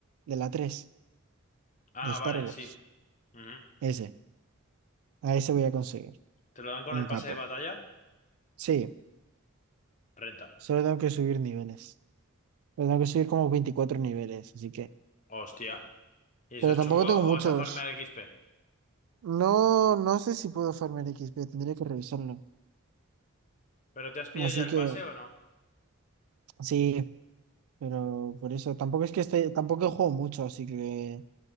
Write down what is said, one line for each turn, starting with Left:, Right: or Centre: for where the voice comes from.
Right: De la 3
Left: Ah,
Right: de Star
Left: vale,
Right: Wars.
Left: sí. Ujú.
Right: Ese. A ese voy a conseguir.
Left: ¿Te lo dan con
Right: Un
Left: el pase
Right: capo.
Left: de batalla?
Right: Sí,
Left: Renta.
Right: solo tengo que subir niveles. Pero tengo que subir como 24 niveles, así que.
Left: Hostia. ¿Y eso
Right: Pero
Left: es
Right: tampoco
Left: chungo
Right: tengo muchos.
Left: o vas a farmear XP?
Right: No, no sé si puedo farmear XP, tendría que revisarlo.
Left: ¿Pero te has pillado
Right: Así
Left: ya el
Right: que,
Left: pase o no?
Right: sí, pero por eso. Tampoco es que esté, tampoco juego mucho, así que